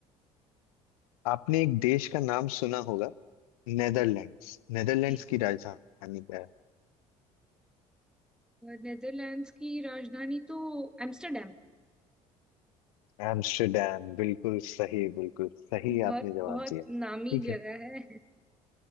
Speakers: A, on the left; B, in the centre.
A: आपने एक देश का नाम सुना होगा नेदरलैंड्स नेदरलैंड्स
B: जी
A: की राजधानी क्या
B: नेदरलैंड्स की राजधानी तो एम्स्टरडेम
A: है एम्स्टर्डम बिल्कुल सही बिल्कुल सही
B: बहुत
A: आपने जवाब
B: बहुत
A: दिया ठीक
B: नामी जगह
A: है
B: है